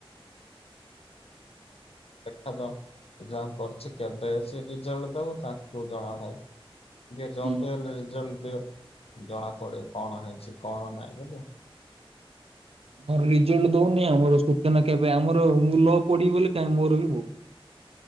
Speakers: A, on the left; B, on the right.
A: <unintelligible> ଏକ୍ସାମ କରୁଛି କେବେ ସେ ରେଜଲ୍ଟ ଦବ ତାକୁ ଜଣା ଭାଇ। ଟିକେ ଜଲଦି
B: ହୁଁ
A: ହେଲେ ରିଜଲ୍ଟ ଦିଅ। ଜଣା ପଡିବ କଣ ହେଇଛି କଣ ନାଇଁ ବୋଲି।
B: ଆମର ରେଜଲ୍ଟ ଦଉନି ଆମର ସୂଚନା କେବେ ଆମର ମୁଁ ଲ ପଢିବି ବୋଲି କହିଁ ମୋର ବି ହଉନି।